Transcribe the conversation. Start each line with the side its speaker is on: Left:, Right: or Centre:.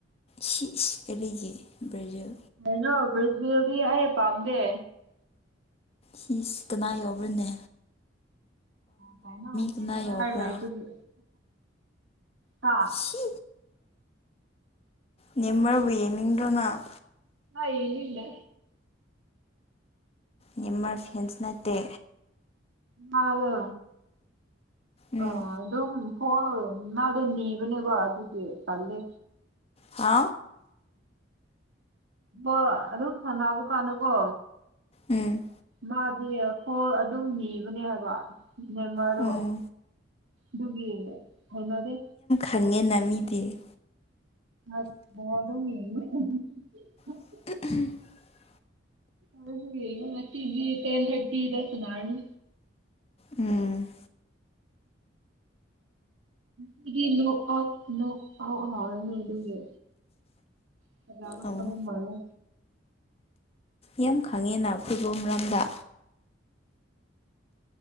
Left: ꯁꯤꯁ ꯀꯔꯤꯒꯤ ꯕ꯭ꯔꯖꯤꯜ
Right: ꯀꯩꯅꯣ ꯕ꯭ꯔꯖꯤꯜꯗꯤ ꯑꯩ ꯄꯥꯝꯗꯦ
Left: ꯁꯤꯁ ꯀꯅꯥ ꯌꯥꯎꯕ꯭ꯔꯅꯦ
Right: ꯀꯩꯅꯣ ꯅꯦꯃꯔ
Left: ꯀꯅꯥ ꯌꯧꯕ꯭ꯔꯥ
Right: ꯂꯩꯕꯒꯤ ꯍꯥ
Left: ꯁꯤ ꯅꯦꯃꯔꯕꯨ ꯌꯦꯡꯅꯤꯡꯗ꯭ꯔꯣ ꯅꯪ
Right: ꯑꯩ ꯌꯦꯡꯅꯤꯡꯗꯦ
Left: ꯅꯦꯝꯃꯔ ꯐꯦꯟꯁ ꯅꯠꯇꯦ
Right: ꯃꯥꯗꯣ
Left: ꯎꯝ
Right: ꯑꯥ ꯑꯗꯨꯝ ꯍꯣꯜ ꯃꯥꯗꯣ ꯅꯤ ꯕꯅꯦꯕ ꯗꯨꯒꯤ ꯇꯜꯂꯦ
Left: ꯍꯥ
Right: ꯕꯣꯜ ꯑꯗꯨꯝ ꯁꯥꯟꯅꯕ ꯀꯥꯟꯗꯀꯣ
Left: ꯎꯝ
Right: ꯃꯥꯗꯤ ꯐꯣꯜ ꯑꯗꯨꯝ ꯅꯤꯕꯅꯦ ꯍꯥꯏꯕ ꯅꯦꯃꯔꯗꯣ
Left: ꯎꯝ
Right: ꯗꯨꯒꯤ ꯍꯩꯅꯗꯦ
Left: ꯈꯪꯉꯦ ꯅ ꯃꯤꯗꯤ
Right: ꯑꯁ ꯕꯣꯜ ꯑꯗꯨꯝ <unintelligible>
Left: <inaudible>
Right: ꯉꯁꯤ ꯉꯁꯤꯗꯤ ꯇꯦꯟ ꯊꯔꯇꯤꯗ ꯁꯟꯅꯔꯅꯤ
Left: ꯎꯝ
Right: ꯉꯁꯤꯗꯤ ꯅꯣꯛ ꯑꯥꯎꯠ ꯅꯣꯛ ꯑꯥꯎ ꯍꯥꯎꯔꯅꯤ ꯑꯗꯨꯒꯤ ꯁꯅꯕ
Left: ꯑꯣ
Right: ꯍꯧꯕ ꯃꯥꯜꯂꯦ
Left: ꯌꯥꯝ ꯈꯪꯉꯦꯅ ꯐꯨꯠꯕꯣꯜ ꯃꯔꯝꯗ